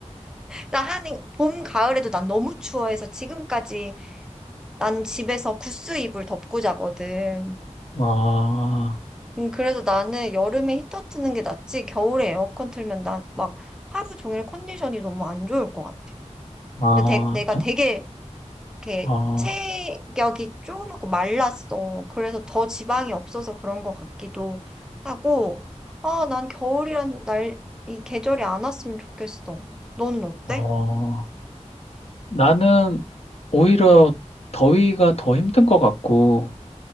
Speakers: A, in the centre; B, on the left (about 55°).
A: 나 하는 봄, 가을에도 난 너무 추워해서 지금까지 난 집에서 구스 이불 덮고 자거든.
B: 어,
A: 음, 그래서 나는 여름에 히터 트는 게 낫지 겨울에 에어컨 틀면 난 막 하루 종일 컨디션이 너무 안 좋을 것 같아.
B: 어,
A: 근데 되- 내가 되게 이렇게
B: 어,
A: 체격이 쪼그랗고 말랐어. 그래서 더 지방이 없어서 그런 것 같기도 하고, 아, 난 겨울이란 날, 이 계절이 안 왔으면 좋겠어. 너는 어때?
B: 어. 나는 오히려 더위가 더 힘든 것 같고,